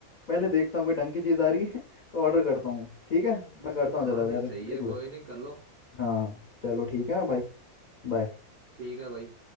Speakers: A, on the left; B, on the right.
A: पहले देखता हूँ कोई ढंग की चीज़ आ रही है तो ऑर्डर करता हूँ ठीक है मैं करता हूँ
B: हाँ
A: जरा
B: भाई
A: जरा
B: सही
A: देख
B: है
A: ले
B: कोई नहीं कर लो
A: हाँ चलो ठीक है हाँ भाई बाय
B: ठीक है भाई